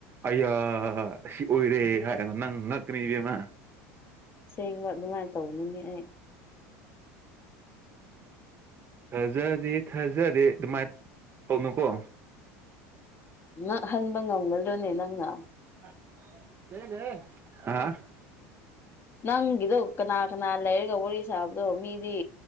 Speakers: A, on the right; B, on the left.
A: ꯑꯌꯥ ꯁꯤ ꯑꯣꯏꯔꯦ ꯍꯥꯏꯔꯅꯣ ꯅꯪ ꯉꯛꯀꯅꯤ ꯏꯕꯦꯝꯃꯥ꯫
B: ꯁꯦꯡꯕ ꯑꯗꯨꯃꯥꯏꯅ ꯇꯧꯅꯤꯡꯉꯤ ꯑꯩ꯫
A: ꯊꯥꯖꯗꯦ-ꯊꯥꯖꯗꯦ ꯑꯗꯨꯃꯥꯏꯅ ꯇꯧꯅꯨꯀꯣ꯫
B: ꯉꯛꯍꯟꯕ ꯉꯝꯒꯗ꯭ꯔꯣꯅꯦ ꯅꯪꯅ꯫
A: <unintelligible>
B: ꯅꯪꯒꯤꯗꯣ ꯀꯅꯥ ꯀꯅꯥ ꯂꯩꯔꯒ ꯋꯥꯔꯤ ꯁꯥꯕꯗꯣ ꯃꯤꯗꯤ